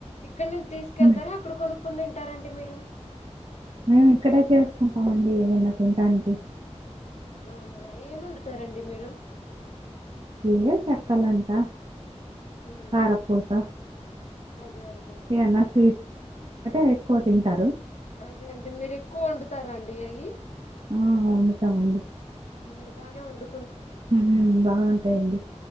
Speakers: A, on the left; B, on the right.
A: ఇక్కన్ నుంచి తీసుకెళ్తారా
B: మ్మ్.
A: అక్కడ కొనుకొని తిన్ ఉంటారండి మీరు
B: మేము ఇక్కడ చేసుకుంటామ అండి ఏదన్నా తినడానికి
A: అవునా ఏమీ వండుతారండి మీరు
B: ఇదే చెక్కలంట
A: ఉమ్,
B: కారప్పూస
A: అదే అండి
B: ఏన్న స్ <inaudible> తింటారు
A: అదే అండి మీరు ఎక్కువ వండుతారా అండి ఏయి
B: ఆ వడుతామండి
A: మీరు బానే ఉండు
B: హ్మ్ బాగుంటాయిండి